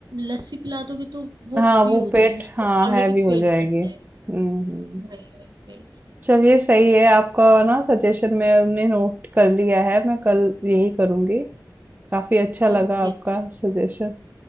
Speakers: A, on the right (about 70°); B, on the right (about 25°).
A: लस्सी पिला दोगे तो वो
B: हाँ
A: हैवी
B: वो
A: होती
B: पेट
A: है उसको
B: हाँ
A: ऑलरेडी
B: हैवी हो
A: पेट
B: जाएगी
A: भर जाएगा
B: हम्म हम्म।
A: वही वही वही
B: चलिए सही है आपका ना सजेशन मैं हमने नोट कर लिया है मैं कल यही करूंगी काफी अच्छा
A: ओके
B: लगा आपका सजेशन